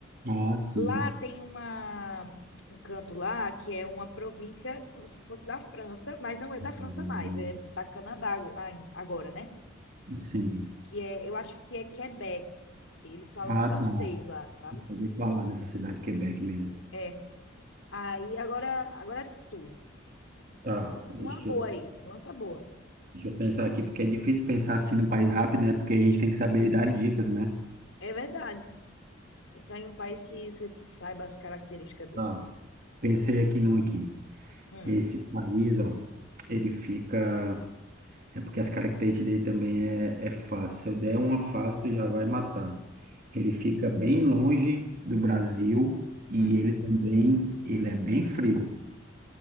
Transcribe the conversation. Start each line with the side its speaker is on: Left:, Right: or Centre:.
Right: Ah, sim.
Left: Lá tem uma um canto lá que é uma província como se fosse da França, mas não é
Right: Hum,
Left: da França mais, é da Canadá ago- ai- agora, né?
Right: Sim.
Left: Que é, eu acho que é Quebec, que eles falam
Right: Ah,
Left: francês
Right: tá.
Left: lá, sabe?
Right: Eu ouvi falar nessa cidade de Quebec mesmo.
Left: É. Aí agora, agora é tu.
Right: Tá,
Left: Lança
Right: deixa
Left: Uma boa
Right: eu,
Left: aí, lança boa.
Right: deixa eu pensar aqui, porque É difícil pensar assim no país rápido, né? Porque a gente tem que saber das dicas, né?
Left: É verdade. Pensar em um país que você saiba as características dele.
Right: Ah, pensei aqui num aqui.
Left: Hum,
Right: Esse país, ó, ele fica. É porque as características dele também é, é fácil. Se eu der uma fácil, tu já vai matar. Ele fica bem longe do Brasil e
Left: hum.
Right: ele também, ele é bem frio.